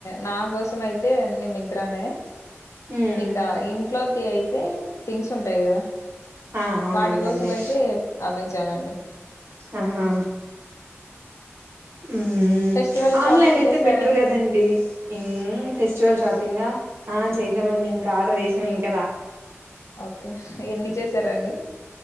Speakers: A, on the left (about 80°); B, on the right (about 60°).
A: నా కోసం అయితే అన్ని మింత్రానే,
B: మ్మ్
A: ఇంకా ఇంట్లోకి అయితే థింగ్స్ ఉంటాయి కదా
B: ఆ అవునవునులేండి
A: వాటి కోసం అయితే ఆమె చ్చానండి
B: ఆహా హుమ్
A: ఫెస్టివల్ కి
B: ఆన్లైన్
A: షాపింగ్
B: అయితే
A: చేసారండి
B: బెటర్ కదండి ఇన్ ఫెస్టివల్ షాపింగ్ ఆ చేసామండి ఇంకా ప్రేశం ఇంగ్
A: ఓకే ఎన్ని చేసారండి